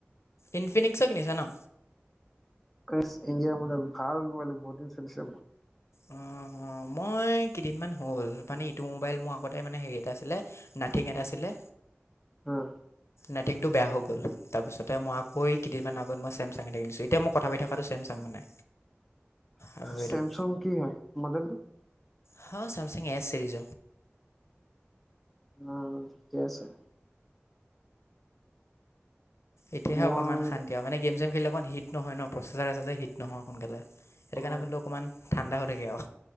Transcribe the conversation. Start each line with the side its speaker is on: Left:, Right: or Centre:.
Left: ইনফিনিক্সৰ কিনীছা ন?
Centre: ইনফিনিক্স ইণ্ডিয়ান মডেল ভাল মনে বহুত দিন চলিছে।
Left: অ'অ' মই কেইদিনমান হ'ল, মানে ইটো মোবাইল মোৰ আগতে মানে হেৰি এটা আছিলে, নাথিং এটা আছিলে
Centre: উম।
Left: নথংটো বেয়া হৈ গল, তাৰপিছতে মই আকৌ কেইদিনমান আগত মই চেমচাঙ এটা কনিছো, এতিয়া ম কথা পাই থকাটো চেম চাং মানে। আকৌ এইটোত
Centre: ছেমছাং কি হয়, মডেলটো?
Left: হা চামচং এচ চিৰিজ
Centre: অ' থিকে আছে।
Left: এতিয়াহে
Centre: মই
Left: অকণমান শান্তি আও, মানে গেম চেম খেলি অকণ হিট নহয় ন, প্ৰচেচাৰ আছে যে, হিট নহয় সোনকালে। সেইটো
Centre: অ
Left: কাৰণে হ অকণমান ঠাণ্ডা হৈ থাকে আও,